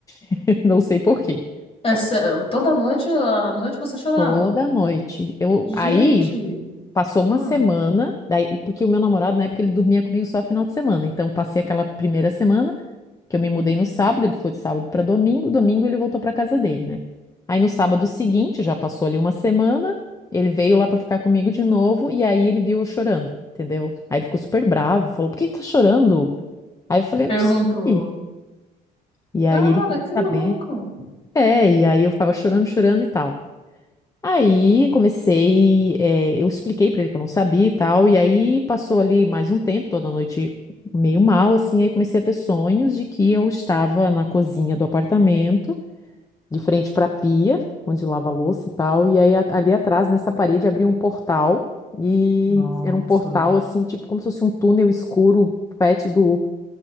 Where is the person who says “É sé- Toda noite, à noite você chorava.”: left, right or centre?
Left